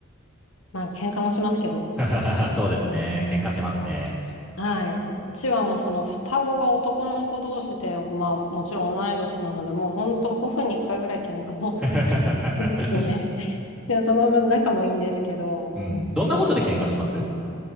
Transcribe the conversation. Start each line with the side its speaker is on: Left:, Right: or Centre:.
Left: まあ、喧嘩もしますけど。
Centre: <laughs> そうですね。喧嘩しますね。
Left: はい。うちはもうその双子が男の子同士で、まあもちろん同い年なので、もう本当5分に1回ぐらい喧嘩もで
Centre: <laughs>
Left: すね。<laughs> で、その分仲もいいんですけど、
Centre: うん。どんなことで喧嘩します